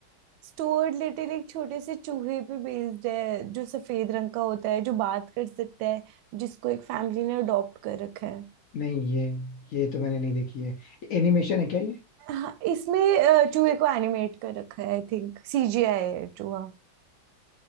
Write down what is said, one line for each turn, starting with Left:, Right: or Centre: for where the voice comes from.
Right: स्टुअर्ट लिटिल एक छोटे से चूहे पे बेस्ड है जो सफेद रंग का होता है जो बात कर सकता है जिसको एक फैमिली ने अडॉप्ट कर रखा है
Left: नहीं ये ये तो मैंने नहीं देखी है एनिमेशन है क्या ये
Right: हाँ इसमें अ, चूहे को एनिमेट कर रखा है आई थिंक सीजीआई है चूहा